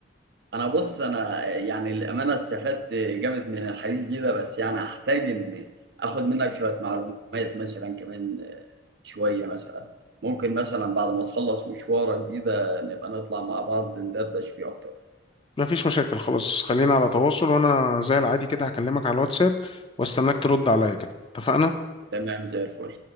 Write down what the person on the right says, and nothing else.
انا بص انا يعني الامانه استفدت جامد من الحديث دي ده بس يعني احتاج ان اخد منك شويه معلومات مثلا كمان آه، شويه مثلا ممكن مثلا بعد ما تخلص مشوارك دي ده نبقى نطلع مع بعض ندردش فيه اكتر
تمام زي الفل